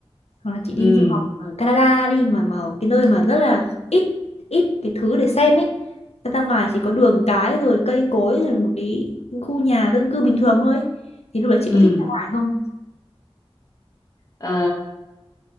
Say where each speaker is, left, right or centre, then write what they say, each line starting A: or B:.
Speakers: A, on the left; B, on the left.
A: hoặc là chị đi
B: ừ
A: du học ở Canada đi mà mà ở cái nơi mà rất là ít ít cái thứ để xem ấy ra ra ngoài chỉ có đường cái rồi cây cối rồi một cái khu nhà dân cư bình thường thôi ấy. thì lúc đấy chị
B: ừ
A: có thích ra ngoài không
B: Ờ,